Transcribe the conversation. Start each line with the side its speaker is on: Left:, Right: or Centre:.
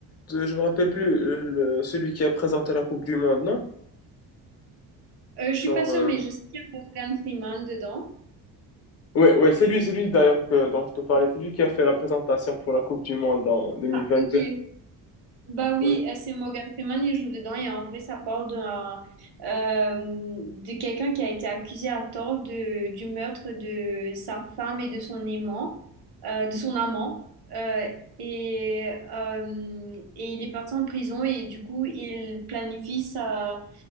Left: de, je me rappelle plus, euh, le- celui qui a présenté la Coupe du Monde, non?
Right: Euh, je
Left: Genre,
Right: suis pas sûre,
Left: euh,
Right: mais je sais qu'il y a Morgan Freeman dedans.
Left: ouais, ouais, c'est lui, c'est lui d'ailleurs que, dont je te parlais. C'est lui qui a fait la présentation pour la Coupe du Monde en 2022.
Right: Ok, Bah oui,
Left: Ouais.
Right: euh, c'est Morgan Freeman, il joue dedans et en vrai, ça parle d'un, euh, de quelqu'un qui a été accusé à tort de, du meurtre de sa femme et de son aimant, euh, de son amant. Euh, et, euh, et il est parti en prison et du coup, il planifie ça